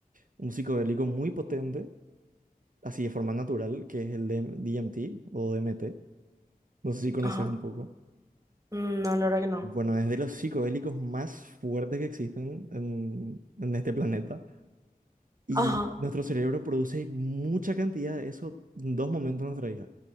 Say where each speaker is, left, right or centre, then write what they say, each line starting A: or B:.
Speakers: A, on the right; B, on the right.
A: un psicodélico muy potente así de forma natural, que es el de DMT o DMT. No sé si conoces
B: ajá.
A: un poco.
B: Mm, No, la verdad que no.
A: Bueno, es de los psicodélicos más fuertes que existen en, en este planeta. Y
B: Ajá.
A: nuestro cerebro produce mucha cantidad de eso en dos momentos de nuestra vida.